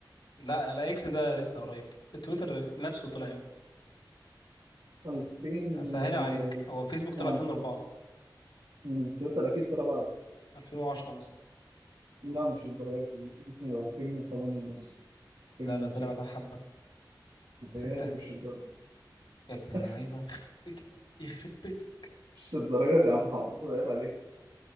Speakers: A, on the left; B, on the right.
A: لا لا اكس ده لسه قريب تويتر نفسه طلع امتى
B: 2000
A: هسهلها
B: و...
A: عليك هو فيسبوك طلع
B: آه
A: 2004
B: مم. تويتر أكيد طلع بعد
A: 2010 مثلا
B: لا مش الدرجة دي ممكن يبقى 2008 مثلا 2006
A: لا لا طلع بعد حبة
B: متهيألي
A: ستة
B: مش الدرجة
A: يا ابن اللعيبة
B: <laughs>
A: يخرب بيتك يخرب بيتك
B: مش الدرجة دي يا عم عمور عيب عليك.